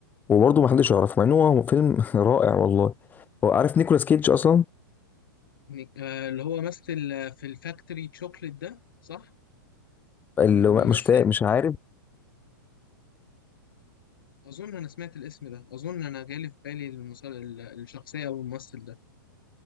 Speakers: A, on the left; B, on the left.
A: وبرضه ما حدش يعرف مع انه هو فيلم <laughs> رائع والله هو عارف نيكولاس كيدج اصلا
B: إن- آه، اللي هو مثل آه، في الفاكتوري تشوكلت ده صح؟
A: اللي
B: الممثل
A: هو مش فا... مش عارف
B: اظن انا سمعت الاسم ده اظن انا جالي في بالي المسل... ال- الشخصية او الممثل ده